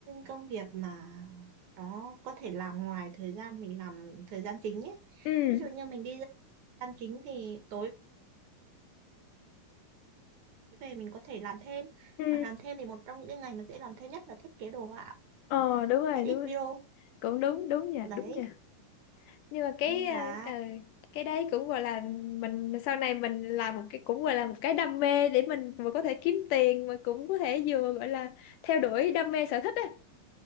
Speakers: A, on the right (about 65°); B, on the left (about 80°).
A: công việc mà nó có thể làm ngoài thời gian mình làm thời gian chính ấy.
B: ừ
A: Ví dụ như mình đi ra thời gian chính thì tối về mình có thể làm thêm
B: ừ
A: mà làm thêm thì một trong những cái ngành mà dễ làm thêm nhất là thiết kế đồ họa
B: ờ đúng rồi
A: edit
B: đúng rồi
A: video
B: cũng đúng đúng nha
A: đấy
B: đúng nha nhưng mà cái
A: nên
B: ờ,
A: là
B: ờ, cái đấy cũng gọi là mình sau này mình làm một cái cũng gọi là một cái đam mê để mình vừa có thể kiếm tiền mà cũng có thể vừa gọi là theo đuổi đam mê sở thích đấy